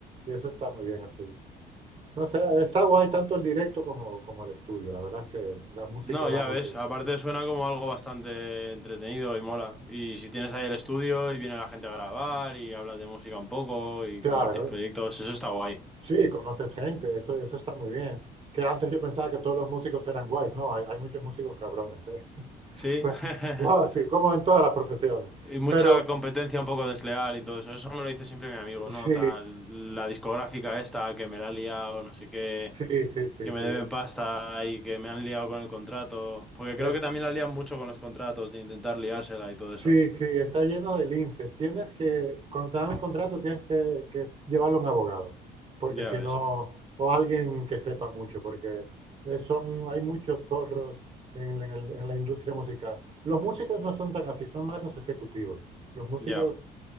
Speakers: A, on the right (about 35°); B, in the centre.
A: Y eso está muy bien así. No sé, está guay tanto el directo como, como el estudio. La verdad es que la música
B: No,
A: da
B: ya
A: mucho.
B: ves, aparte suena como algo bastante entretenido y mola. Y si tienes ahí el estudio y viene la gente a grabar y hablas de música un poco y
A: Claro,
B: compartís proyectos, eso está guay.
A: sí, conoces gente, eso, eso está muy bien. Que antes yo pensaba que todos los músicos eran guays. No, hay, hay muchos músicos cabrones, ¿eh? <laughs>
B: Sí.
A: Pero,
B: <laughs>
A: wow, sí, como en todas las profesiones.
B: Y mucha
A: Pero
B: competencia un poco desleal y todo eso. Eso me lo dice siempre mi amigo,
A: sí,
B: ¿no? Tal, la discográfica esta que me la ha liado, no sé qué,
A: sí, sí, sí,
B: que me
A: sí.
B: deben pasta y que me han liado con el contrato. Porque creo
A: Es,
B: que también la lían mucho con los contratos, de intentar liársela y todo
A: Sí,
B: eso.
A: sí, está lleno de linces. Tienes que, cuando te dan un contrato, tienes que, que llevarlo a un abogado, porque
B: Ya
A: si
B: ves,
A: no, o alguien que sepa mucho, porque eh, son, hay muchos zorros en, la- en el- en la industria musical. Los músicos no son tan así, son más los ejecutivos. Los músicos
B: ya,